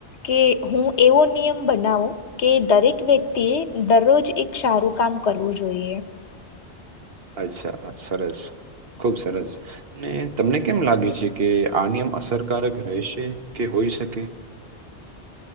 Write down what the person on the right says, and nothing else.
અચ્છા હા સરસ ખુબ સરસ ને તમને કેમ લાગે છે કે આ નિયમ અસરકારક રહેશે કે હોઈ શકે?